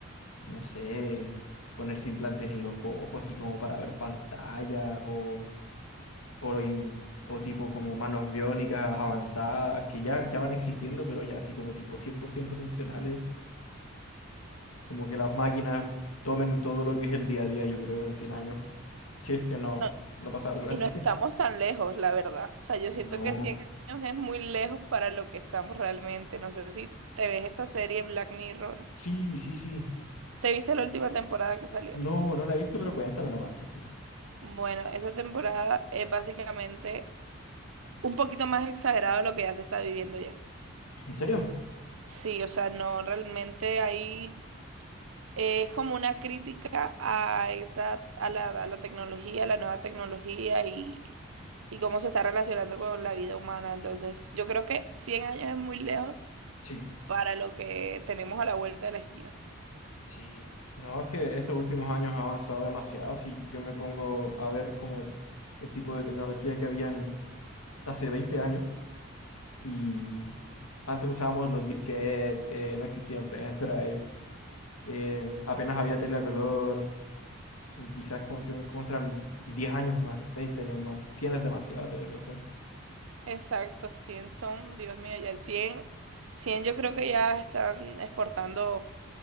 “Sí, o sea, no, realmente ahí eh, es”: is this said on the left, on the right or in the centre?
Right